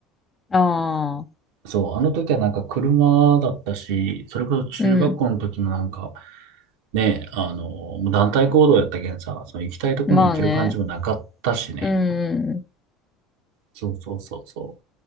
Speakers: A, on the left (about 25°); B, on the right (about 75°).
A: ん。ああ、
B: そう、あの時はなんか車だったし、それこそ中学校の時もなんか、
A: うん。
B: ね、あの、もう団体行動やったけんさ、その行きたいとこに行ける感じもなかったしね。
A: まあね。うん
B: そうそうそうそ